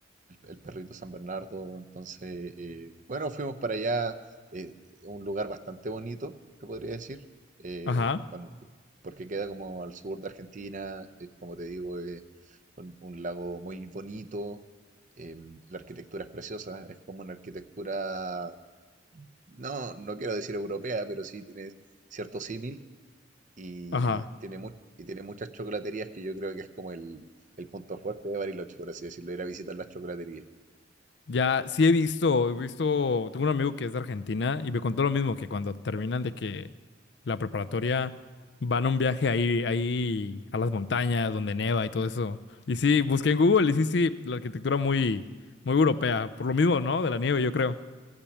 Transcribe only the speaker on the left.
Ajá.
Ajá.
Ya, sí he visto, he visto, tengo un amigo que es de Argentina y me contó lo mismo, que cuando terminan de que la preparatoria van a un viaje ahí, ahí a las montañas donde neva y todo eso. Y sí, busqué en Google y sí, sí, la arquitectura muy, muy europea, por lo mismo, ¿no? De la nieve, yo creo.